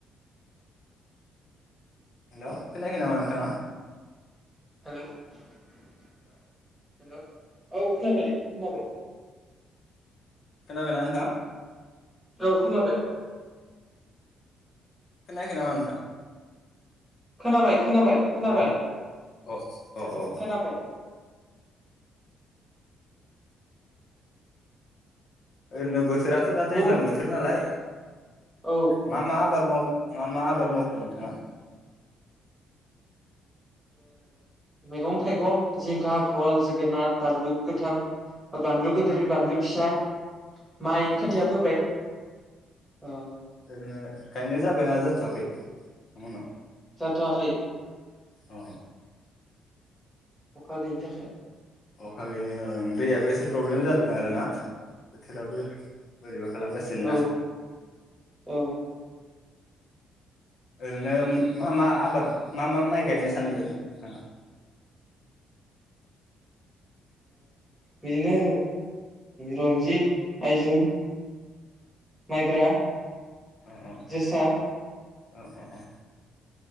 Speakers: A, on the left; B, in the centre.
A: हेल' खोनायाखै नामा नोंथाङा
B: हेल' हेल' औ खोनाबाय दे खोनाबाय।
A: खोनाबना नोंथां?
B: औ खोनाबाय।
A: खोनायाखै नामा नोंथां?
B: खोना बाय। खोनाबाय खोनाबाय।
A: हेल' अ' अ' अ'
B: खोनाबाय
A: ओरैनो बोथोरा थ' दा दैज्लां
B: बुं
A: बोथोर नालाय
B: औ
A: मा मा आबाद माव मा मा आबाद मावखो नोंथाङा?
B: मैगं थाइगं, जिंखा, भल, जोगोनार, बानलु गोथां बानलु गोदेर बानलु फिसा माइ
A: अ
B: खोथिया
A: अ
B: फोबाय अ'
A: ओरैनो गायनाय जाबायना जाथ'वाखै नोंथांमोननाव?
B: जाथआखै।
A: औ।
B: अखा गोयैनि थाखाय
A: अखा गैयैनो ओं दैयाबो एसे प्रब्लेम जादों आरोना बोथोराबो बोरैबा खालामगासिनो
B: औ
A: ना?
B: औ
A: ओरैनो मा मा आबाद मा मा माइ गायनो सानदों नोंथाङा?
B: बिदिनो रन्जित, आइजुम, माइब्रा
A: अ अ
B: जोसा
A: अ अ अ।